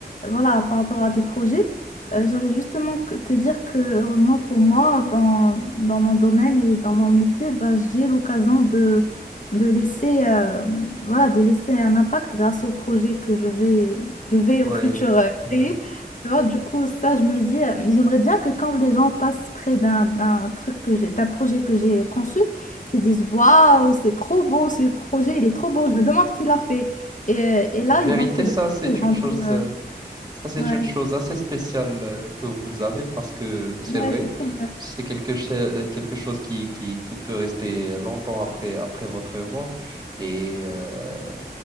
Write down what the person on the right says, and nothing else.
Ouais,
ouais.
En vérité,
ça, c'est
une chose.
euh, Ça, c'est
une chose assez spéciale euh, que vous avez parce que c'est
vrai,
c'est quelque, che- euh, quelque chose qui, qui, qui peut rester longtemps après, après votre mort. Et euh,